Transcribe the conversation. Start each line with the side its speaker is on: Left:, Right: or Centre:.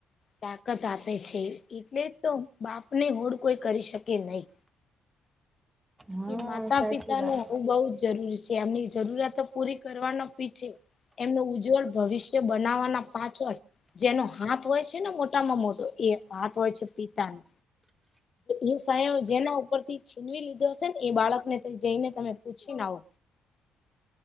Left: તાકાત આપે છે. એટલે તો બાપને હોડ કોઈ કરી શકે નહી.
Right: હા
Left: કે માતા
Right: સાચી
Left: પિતા
Right: વાત
Left: નું હોવું બઉુ જ જરૂરી છે. એમની જરૂરતો પૂરી કરવાનો પી છે. એમનું ઉજ્જવળ ભવિષ્ય બનાવવાના પાછળ જેનો હાથ હોય છે ને મોટામાં મોટો એ હાથ હોય છે. પિતાનો એ સાં જેના ઉપર થી છીનવી લીધો. એ બાળકને જઈને તમે પૂછી ના આવ